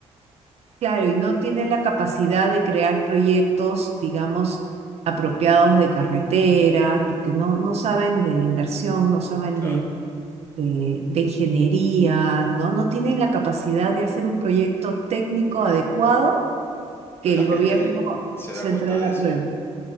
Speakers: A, on the right; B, on the left.
A: Claro, y no tienen la capacidad de crear proyectos, digamos, apropiados de carreteras, porque no, no saben de inversión, no saben
B: Claro.
A: de, de, de ingeniería, ¿no? No tienen la capacidad de hacer un proyecto técnico adecuado que
B: Pero
A: el
B: la gente
A: gobierno
B: se
A: central
B: da cuenta de
A: apruebe.
B: eso.